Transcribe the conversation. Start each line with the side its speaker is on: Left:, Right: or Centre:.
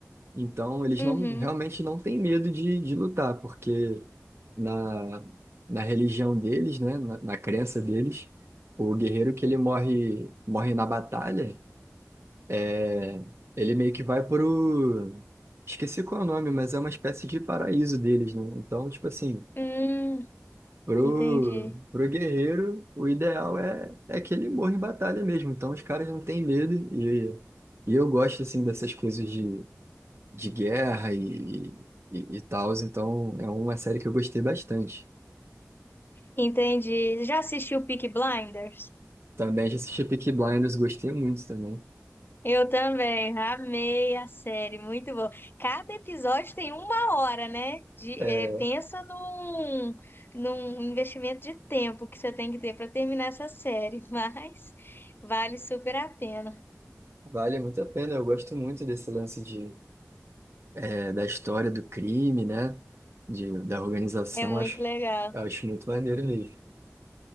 Right: Então, eles
Left: Uhum.
Right: não, realmente não têm medo de, de lutar, porque na, na religião deles, né, na, na crença deles, o guerreiro que ele morre, morre na batalha, é, ele meio que vai pro... Esqueci qual é o nome, mas é uma espécie de paraíso deles, né? Então, tipo assim,
Left: Hum,
Right: Pro,
Left: entendi.
Right: pro guerreiro, o ideal é, é que ele morra em batalha mesmo. Então os caras não têm medo. E, e eu gosto assim dessas coisas de, de guerra e, e, e tal. Então é uma série que eu gostei bastante.
Left: Entendi. Já assistiu Peaky Blinders?
Right: Também já assisti Peaky Blinders, gostei muito também.
Left: Eu também. Amei a série. Muito bom. Cada episódio tem uma hora, né? De,
Right: É,
Left: eh, pensa num, num investimento de tempo que você tem que ter para terminar essa série. Mas <laughs> vale super a pena.
Right: Vale muito a pena. Eu gosto muito desse lance de, é, da história do crime, né? De, da organização.
Left: É muito
Right: Acho,
Left: legal.
Right: acho muito maneiro mesmo.